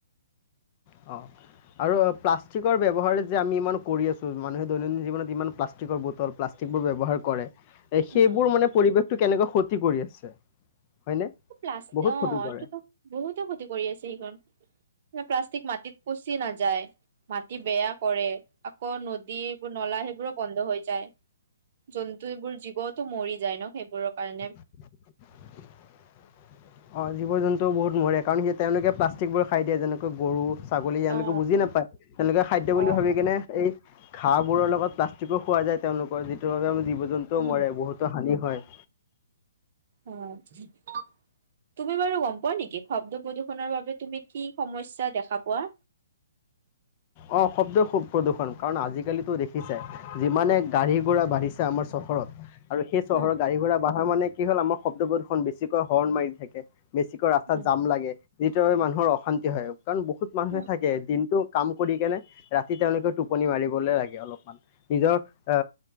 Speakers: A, on the left; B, on the right.
A: অ। আৰু প্লাষ্টিকৰ ব্যৱহাৰ যে আমি ইমান কৰি আছোঁ মানুহে দৈনন্দিন জীৱনত ইমান প্লাষ্টিকৰ বুট। প্লাষ্টিক বোৰ ব্যৱহাৰ কৰে এ সেইবোৰ
B: উম।
A: মানে পৰিৱেশ টো কেনেকৈ ক্ষতি কৰি আছে। হয়নে
B: প্লা
A: বহুত
B: অ
A: ক্ষতি কৰে
B: এইটোতো বহুতে ক্ষতি কৰি আছে সেইখন। মান প্লাষ্টিক মাটিত পচি নাযায়। মাটি বেয়া কৰে আকৌ নদী এইবোৰ নলা সেইবোৰো বন্ধ হৈ যায়। জন্তুবোৰ জীৱতো মৰি যায় ন সেইবোৰৰ কাৰণে।
A: <inaudible> অঁ জীৱ জন্তুও বহুত মৰে কাৰণ সেই তেওঁলোকে প্লাষ্টিকবোৰ খাই দিয়ে যেনেকৈ গৰু। ছাগলী এলোকে
B: অ
A: বুজি নাপায় তেওঁলোকে খাদ্য বুলি
B: অ
A: ভাবি
B: অ
A: কেনে এই। ঘাঁহবোৰৰ লগত প্লাষ্টিকো খোৱা যায় তেওঁলোকৰ যিটোৰ বাবে আমাৰ জীৱ জন্তুও
B: উম
A: মৰে বহুতো হানি হয়।
B: অ তুমি বাৰু গম পোৱা নেকি শব্দ প্ৰদূষণৰ বাবে। তুমি কি সমস্যা দেখা পোৱা।
A: আহ শব্দ খুব প্ৰদূষণ কাৰণ আজিকালিতো দেখিছাই। যিমানে গাড়ী ঘোৰা বাঢ়িছে আমাৰ চহৰত। আৰু সেই চহৰৰ
B: উম
A: গাড়ী বা মানে কি হ'ল আমাৰ শব্দ দুখন বেছিকৈ হৰ্ণ মাৰি থাকে। বেছিকৈ ৰাস্তাত
B: উম
A: জাম লাগে। যিটোৰ মানুহৰ অশান্তি হয় কাৰণ বহুত মানুহে
B: উম
A: থাকে দিনটো কাম কৰি কেনে ৰাতি তেওঁলোকে। টোপনি মাৰিবলৈ লাগে অলপমান নিজৰ অ